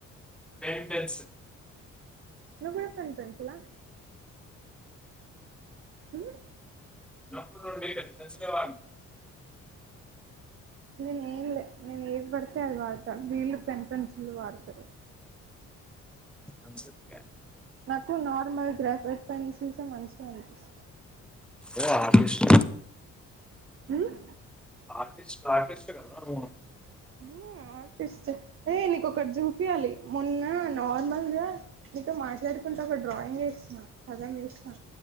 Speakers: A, in the centre; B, on the right (about 45°).
A: పెన్ పెన్సిల్
B: నువ్ పెన్ పెన్సిలా మ్
A: చిన్నప్పుడు నుండి పెన్ పెన్సిలే వాడను
B: నేను ఏం లే నేను ఏది పడితే అది వాడతాను వీళ్ళు పెన్ పెన్సిలే వాడతారు
A: అందుకే
B: నాకు నార్మల్ గ్రాఫిట్ పెన్సిల్సే మంచిగా అనిపిస్తయ్
A: ఓ ఆర్టిస్ట్
B: ఉమ్
A: ఆర్టిస్ట్ ఆర్టిస్ట్ కద నువు
B: మ్మ్ ఆర్టిస్ట్ ఏ నీ ఒకటి చూపియాలి మొన్న నార్మల్ గా నీతో మాట్లాడుకుంట ఒక డ్రాయింగ్ వేసిన సగం వేసిన